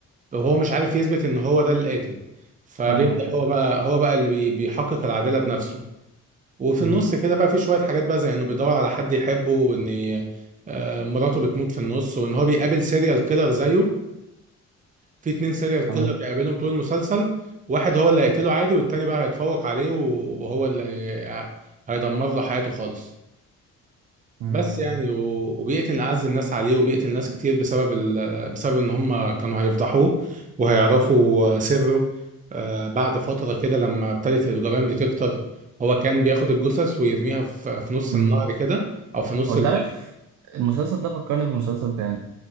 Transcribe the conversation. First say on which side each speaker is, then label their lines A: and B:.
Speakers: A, on the right; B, on the right.
A: وهو مش عارف يثبت ان هو ده اللي قاتل فبيبدأ
B: فاهمك
A: هو بقى هو بقى اللي بي- بيحقق العدالة بنفسه وفي
B: مم.
A: النص كده بقى في شوية حاجات بقى زي انه بيدور على حد يحبه وان آه، مراته بتموت في النص وان هو بيقابل سيريال كيلر زيه في اتنين سيريال
B: تمام
A: كيلر بيقابلهم طول المسلسل واحد هو اللي هيقتله عادي والتاني بقى هيتفوق عليه وهو اللي هي- هيدمر له حياته خالص
B: مم.
A: بس يعني و- وبيئة إن أعز الناس عليه وبيئة الناس كتير بسبب ال... بسبب إن هم كانوا هيفضحوه وهيعرفوا سره آه، بعد فترة كده لما ابتدت الجرائم دي تكتر هو كان بياخد الجثث ويرميها في, في نص
B: مم.
A: النهر كده أو في نص
B: هو انت
A: ال-
B: عارف المسلسل ده فكرني بمسلسل تاني